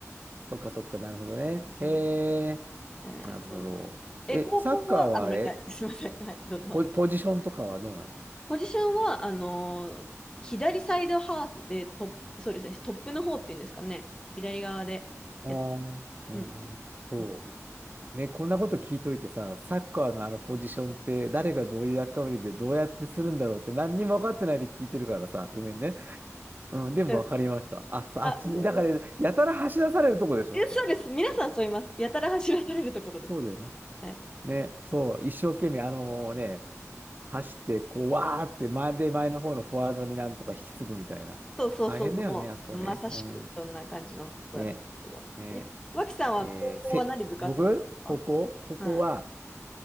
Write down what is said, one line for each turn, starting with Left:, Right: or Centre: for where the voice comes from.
Right: そっかそっか、なるほどね。
Left: う。
Right: え
Left: うん
Right: え
Left: はい、
Right: なるほど。
Left: そうなんですよ。え、
Right: え、
Left: 高校は、
Right: サッカーはあれ
Left: あ、ごめんなさい。<laughs> すいません。はい、どうぞ。
Right: ポ、ポジションとかはどうなの
Left: ポジションは、あのー左サイドハーフでトップ、そうですね、トップの方っていうんですかね。左側でやっ。
Right: ああー、うん、
Left: うん。
Right: そ
Left: うんうん。
Right: う。ね、こんなこと聞いといてさ、サッカーのあのポジションって誰がどういう役割でどうやってするんだろうって何にも分かってないで聞いてるからさ、ごめんね。うん、でも分かりました。
Left: うん
Right: あ、さあっちに、
Left: あ、わかります
Right: だから、やたら走らされるとこでしょ、
Left: え、
Right: そこ。
Left: そうです。皆さんそう言います。やたら走らされるところです。
Right: そうだよね。
Left: はい。
Right: ね、そう、一生懸命、あのね、走って、こう、わーって前で前の方のフォワードになんとか引き継ぐみたいな。
Left: そうそうそうそう。
Right: 大変だよね、
Left: もう、
Right: あそこね。
Left: まさしくそんな感じのとこだったんですけど。
Right: うん。ね。ね。
Left: え、脇さんは高校は何部活入ったんで
Right: えーせ、僕、高校、高校は、
Left: すかはい。